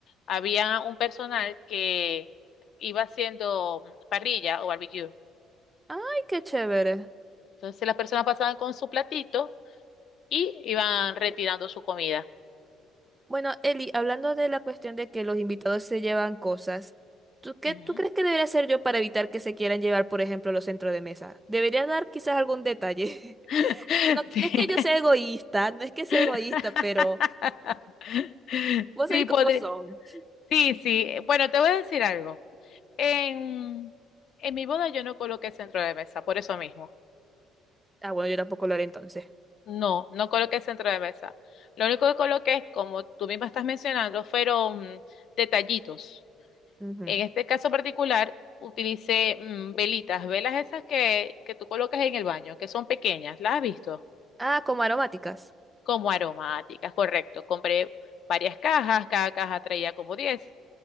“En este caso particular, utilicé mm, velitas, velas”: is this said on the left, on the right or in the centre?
Left